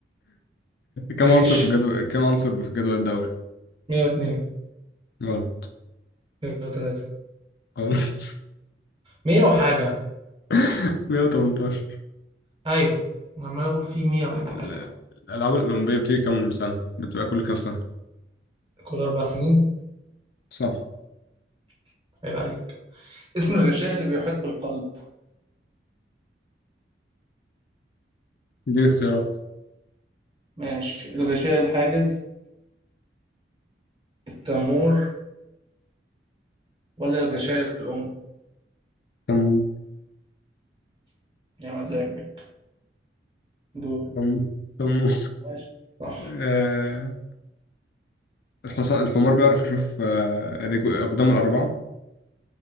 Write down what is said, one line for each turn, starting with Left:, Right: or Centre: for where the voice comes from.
Right: ماشي
Left: كم عنصر في الجدول كم عنصر في الجدول الدوري؟
Right: 102
Left: غلط
Right: 103
Left: غلط
Right: 100 وحاجة
Left: <laughs> 118
Right: ايوه أنا عمال اقول في 100 وحاجة
Left: ال- الألعاب الأولمبية بتيجي كم سنة؟ بتبقى كل كم سنة؟
Right: كل اربع سنين
Left: صح
Right: عيب عليك اسم الغشاء اللي بيحيط بالقلب
Left: اديني اختيارات
Right: ماشي الغشاء الحاجز التمور ولا الغشاء الأم
Left: كم
Right: يا مزاجك دور
Left: كم كم
Right: ماشي صح
Left: آه... الحصان الحمار بيعرف يشوف آه... رجو... أقدام الأربعة